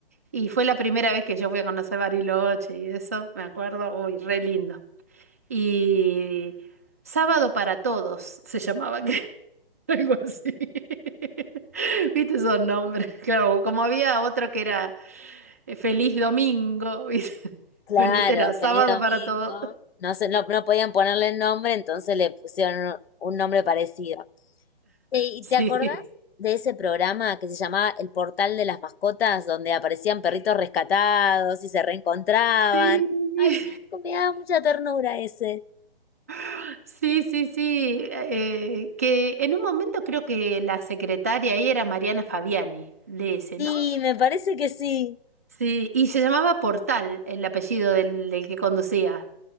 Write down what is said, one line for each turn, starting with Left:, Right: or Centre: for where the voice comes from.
Right: y fue la primera vez que yo fui a conocer Bariloche y eso, me acuerdo, uy, re lindo. Y Sábado para Todos se llamaba, <laughs> Algo así. <laughs> ¿Viste esos nombres? <laughs> Claro, como había otro que era eh, Feliz Domingo, ¿viste? <laughs>
Left: Claro,
Right: Bueno, este era sábado
Left: feliz domingo.
Right: para todos.
Left: No sé, no, no podían ponerle el nombre, entonces le pusieron un nombre parecido. Sí, ¿y
Right: Sí.
Left: ¿te acordás de ese programa que se llamaba El Portal de las Mascotas, donde aparecían perritos rescatados y se reencontraban?
Right: Sí,
Left: Ay, me, me daba mucha ternura ese.
Right: <laughs> sí, sí, sí. eh, que en un momento creo que la secretaria ahí era Mariana Fabiani, de ese,
Left: Sí,
Right: ¿no?
Left: me parece que sí.
Right: Sí, y se llamaba Portal, el apellido del, del que conducía.